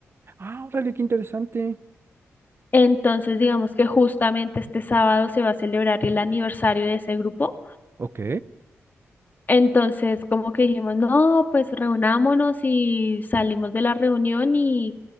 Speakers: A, on the right (about 45°); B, on the left (about 35°).
A: Ah, órale, qué interesante.
B: Entonces, digamos que justamente este sábado se va a celebrar el aniversario de ese grupo.
A: Ok.
B: Entonces, como que dijimos, no, pues reunámonos y salimos de la reunión y